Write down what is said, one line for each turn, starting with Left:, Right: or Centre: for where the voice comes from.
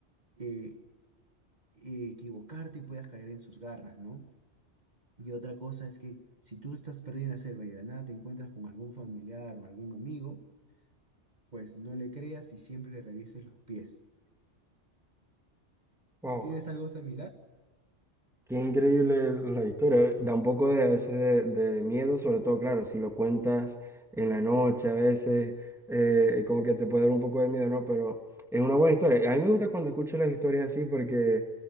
Right: eh, equivocarte y puedas caer en sus garras, ¿no? Y otra cosa es que si tú estás perdido en la selva y de la nada te encuentras con algún familiar o algún amigo, pues no le creas y siempre le revises los pies.
Centre: Wow.
Right: ¿Tú tienes algo similar?
Centre: Qué increíble la historia. Da un poco de, a veces de, de miedo, sobre todo, claro, si lo cuentas en la noche a veces, eh, como que te puede dar un poco de miedo, ¿no? Pero es una buena historia. A mí me gusta cuando escucho las historias así porque